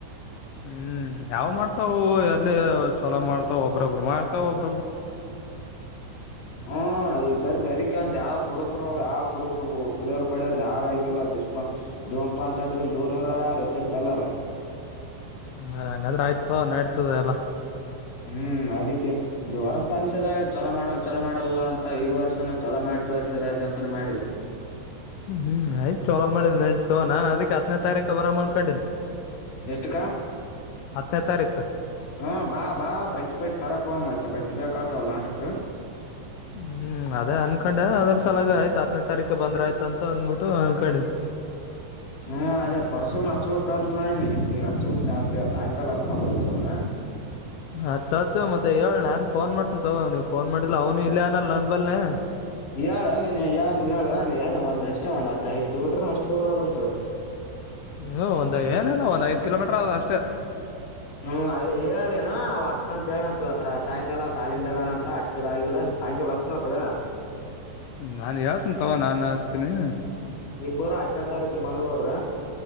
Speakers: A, on the left (about 80°); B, on the left (about 65°).
A: ಹ್ಮ್ ಯಾವ್ ಮಾಡ್ತಾವ ಎಲ್ಲಿ ಚುಲೋ ಮಾಡ್ತಾವ ಒಬ್ರೊಬ್ರು ಮಾಡ್ತಾವ ಒಬ್
B: ಹ್ಮ್ ಈ ಸರ್ತಿ ಅದಕ್ಕೆ ಅಂತ ಯಾವ ಕುಡುಕರು ಯಾವ್ ಕುಡಕ ಕುಡಿಯೋರ್ ಪಡ್ಯಾವ್ರನ ಯಾರ ಆಕಿಲ್ಲದುಸ್ಪ ಧೂಮಪಾನ ಚಟದಿಂದ ದೂರ ಇರೋರು ಯಾರ ಈ ಸರ್ತೀ ಎಲ್ಲಾರ ಹ
A: ಹಾ ಹಂಗಂದ್ರ ಆಯ್ತುಗೊ ನಡ್ತದ ಎಲ್ಲ
B: ಹ್ಮ್ ಅದಕ್ಕೆ ಇದು ವರ್ಸ ಅನ್ಸದಾಗ ಚೊಲೋ ಮಾಡಲ್ ಚೊಲೋ ಮಾಡಲ್ಲ ಅಂತ ಈ ವರ್ಷನ ಚೊಲೋ ಮಾಡ್ ತೋರ್ಷೀದ್ರಾತಂತ ಮಾಡೀವಿ
A: ಹ್ಮ್ ಹ್ಮ್ ಆಯ್ತ ಚೊಲೋ ಮಾಡಿದ್ ನಡೀತ ತುಗೋ ನಾನ ಅದಕ್ಕೆ ಹತ್ನೇ ತಾರೀಖ ಬರಂ ಅನ್ಕಂಡೆ
B: ಎಷ್ಟಕ್ಕ
A: ಹತ್ತ್ನೇ ತಾರೀಕ
B: ಹಾ ಬಾ ಬಾ ಬಟ್ಟಿ ಪಟ್ಟೀ ತರಾಕ್ ಹೋಗಮ್ ಬಟ್ಟಿ ಬೇಕ ಆತಾವಲ್ಲ ಆಟಕ್ಕ
A: ಹ್ಮ್ ಅದೇ ಅನ್ಕೊಂಡೆ ಅದ್ರ ಸಲಾಗ ಆಯ್ತು ಹತ್ತನೇ ತಾರೀಕು ಬಂದ್ರ ಆಯ್ತ ಅಂತ ಅಂದ್ಬಿಟ್ಟು ಅನ್ಕೊಂಡೆ <inaudible>
B: ಹ್ಮ್ ಅದೆೇ ಪರ್ಸೂನ ಹಚ್ಬೇಕ್ ಅಂತ ಮಾಡೀನಿ ಈಗ ಹಚ್ಬೇಕ್ ಸಾಯಂಕಾಲ ಪಾ ಪರಶುನ
A: ಹಚ್ಚ ಮತ್ತೆ ಹೇಳ್ ನಾನ್ಫೋನ್ ಮಾಡ್ತನ ತಗೋ ಅವ್ನೀಗೆ ಫೋನ್ ಮಾಡಿಲ್ಲ ಅವನು ಇಲ್ಲೆ ಅವ್ನಲ್ಲ ನನ್ ಬಲ್ನೆ
B: ಹೇಳ ನೀನ್ ಹೇಳಂದ ಹೇಳ ಒಂದ ಅಷ್ಟೇ ಒಂದ್ ಹತ್ ಐದು ಕಿಲೋಮೀಟರ್ ಅಷ್ಟ್ ದೂರ ಆದಂತಲ್ಲ
A: ಹ್ಮ ಒಂದ್ ಏನೇನ ಒಂದ್ ಐದ್ ಕಿಲೋಮೀಟರ್ ಆದ ಅಷ್ಟೇ
B: ಹ್ಮ್ ಅದೇ ಹೇಳ್ಲೇನ ಅವ ಹಸ್ತನ ಅಂತ ಹೇಳನ ಇವತ್ತು ರಾ ಸಾಯಂಕಾಲ ತಾಲಿಮ್ದಾಗದಾನಂತ ಹಚ್ಚದಾಗಿಲ್ಲ ಸಾಯಂಕಾಲ ಹಚ್ಚ್ತನಾತಗ
A: ನಾನ್ ಹೇಳ್ತನ್ ತಗೋ ನಾನ್ ಹಚ್ತೀನಿ
B: ಇಬ್ಬರು ಹತ್ನೇ ತಾರೀಕು ಬಂದ್ಬಿ ಡ್ರ